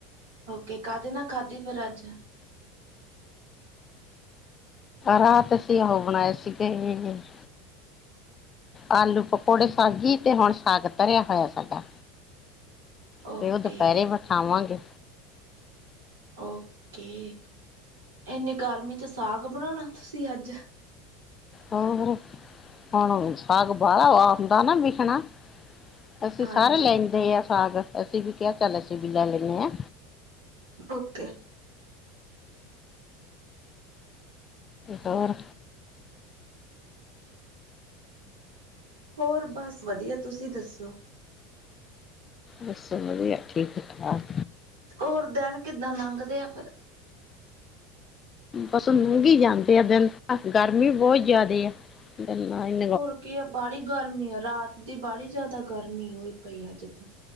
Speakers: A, on the right; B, on the left.
A: ਓਕੇ ਕਾਹਦੇ ਨਾਲ ਖਾਧੀ ਫਿਰ ਅੱਜ?
B: ਰਾਤ ਅਸੀਂ ਉਹ ਬਣਾਏ ਸੀਗੇ <unintelligible> ਆਲੂ ਪਕੌੜੇ ਸਬਜੀ ਤੇ ਹੁਣ ਸਾਗ ਧਰਿਆ ਹੋਇਐ ਸਾਡਾ।
A: ਓਕੇ
B: ਤੇ ਉਹ ਦੁਪਹਿਰੇ ਖਾਵਾਵਾਂਗੇ।
A: ਓਕੇ, ਇੰਨੀ ਗਰਮੀ ਚ ਸਾਗ ਬਣਾਉਣਾ ਤੁਸੀਂ ਅੱਜ
B: ਹੋਰ ਹੁਣ ਸਾਗ ਬਾਹਰੋਂ ਆਉਂਦਾ ਨਾ ਵਿਕਣਾ। ਅਸੀਂ
A: ਹਾਂਜੀ
B: ਸਾਰੇ ਲੈਂਦੇ ਆ ਸਾਗ ਅਸੀਂ ਵੀ ਕਿਹਾ ਚੱਲ ਅਸੀਂ ਵੀ ਲੈ ਲੈਂਨੇ ਆਂ।
A: ਓਕੇ
B: ਹੋਰ
A: ਹੋਰ ਬਸ ਵਧੀਆ ਤੁਸੀਂ ਦੱਸੋ।
B: ਬਸ ਵਧੀਆ ਠੀਕ-ਠਾਕ।
A: ਹੋਰ ਦਿਨ ਕਿੱਦਾਂ ਲੰਘਦੇ ਆ ਫਿਰ
B: ਬਸ ਲੰਘੀ ਜਾਂਦੇ ਆ ਦਿਨ ਅੱਜ ਗਰਮੀ ਬਹੁਤ ਜ਼ਿਆਦੇ ਐ। ਗ <unintelligible>
A: ਹੋਰ ਕੀ ਆ ਬਾਹੜੀ ਗਰਮੀ ਆ ਰਾਤ ਦੀ ਬਾਹੜੀ ਜਿਆਦਾ ਗਰਮੀ ਹੋਈ ਪਈ ਅੱਜ ਤਾਂ।